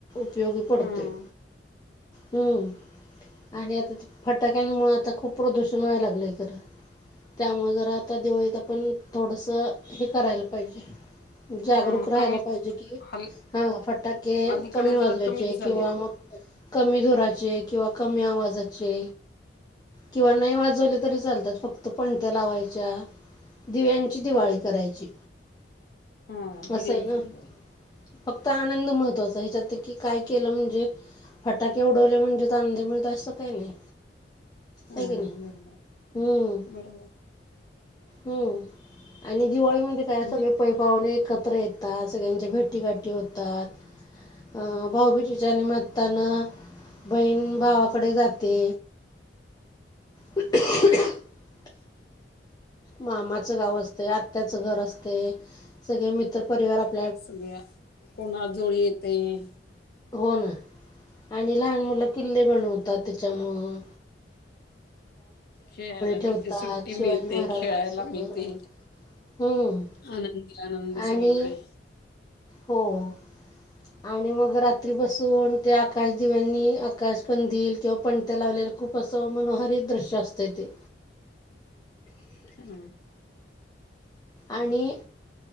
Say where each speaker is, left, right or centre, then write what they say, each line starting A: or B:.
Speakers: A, on the left; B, on the left.
A: उपयोगी पडतोय.
B: हम्म
A: हम्म आणि आता ती फटाक्यांमुळे आता खूप प्रदूषण व्हायला लागलंय खरं. त्यामुळे जरा आता दिवळीत आपण थोडस हे करायला पाहिजे. जागरूक
B: हम्म
A: राहायला
B: कमीच
A: पाहिजे कि
B: हल
A: हा फटटाके
B: अलीकडे
A: कमी वाज
B: जरा
A: वायचे,
B: कमीच झालेत.
A: किवा मग कमी धुराचे किंवा कमी आवाजचे किंवा नाही वाजवले तरी चालतात फक्त पणत्या लावायच्या. दिव्यांची दिवाळी
B: हम्म
A: करायची.
B: हा
A: असं
B: दिव्यांची
A: आहे ना
B: दिवा आहे
A: फक्त आनंद महत्वाचा ह्याच्यात कि काय केलं, म्हणजे फटाके उडवले, म्हणजेच आनंद मिळत, असं काही नाही.
B: हम्म,
A: आहे की नाही हम्म
B: बरोबर.
A: हम्म, आणि दिवाळी म्हणजे काय, सगळे
B: दि
A: पै पाहुणे कपडे येतात. सगळ्यांच्या भेटी गाठी होतात. अं, भाऊबीजीच्या निमित्तानं बहीण भावाकडे जाते. <unintelligible> मामाचं गाव असते, आत्याचं घर असते, सगळे मित्रपरिवार आप
B: सगळ्या कोण आजोळी येतय.
A: हो ना, आणि लहान मुलं किल्ले बनवतात. त्याच्यामुळ.
B: खेळायला
A: ठेवतात,
B: मिळते, सुट्टी
A: शिवाजी
B: मिळते,
A: महाराजांचं.
B: खेळायला मिळते.
A: हम्म.
B: आनंदी आनंद
A: आणि
B: सगळीकडे.
A: हो. आणि मग रात्री बसून ते आकाश दिव्यांनी आकाश कंदील किंवा पणत्या लावलेला खूप प्रसन्न मनोहरी दृश्य असत ते.
B: हा.
A: आणि